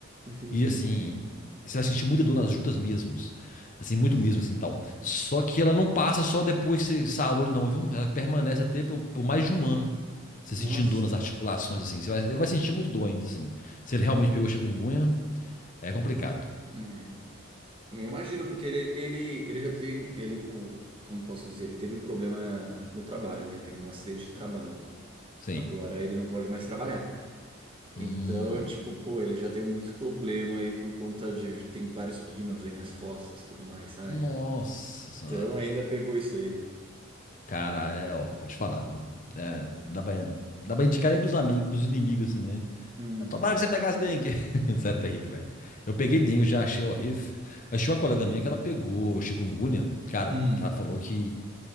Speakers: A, on the right; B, on the left.
A: entendi.
B: E assim, você vai sentir muita dor nas juntas mesmos. Assim,
A: Nossa.
B: muito mesmo, assim, tal. Só que ela não passa só depois que você sarou, não, viu? Ela permanece até por, por mais de um ano. Você
A: Nossa.
B: sentindo dor nas articulações, assim. Você vai- ele vai sentir muito dor ainda, assim. Se
A: Hum,
B: ele realmente pegou chikungunya, é complicado.
A: é. Eu imagino, porque ele, ele, ele já tem, ele, co- como posso dizer, ele teve um problema no trabalho, né? Teve um acidente de trabalho.
B: Sim.
A: Agora ele não pode mais trabalhar. Então,
B: Hum,
A: tipo, pô, ele já tem muito problema aí por conta de, tem vários pinos aí nas costas, e tudo mais, sabe?
B: nossa senhora.
A: Então ainda pegou isso aí.
B: Caralho, é, ó, vou te falar. viu? É, dá pra, dá pra indicar nem pros amigos, pros inimigos, assim, né?
A: Uhum,
B: Mas Tomara que você pegasse dengue. <laughs> Sério, é terrível, velho. Eu peguei dengue, eu já achei horrível. Mas tinha uma colega minha que ela pegou chikungunya. Cara,
A: Hum.
B: ela falou que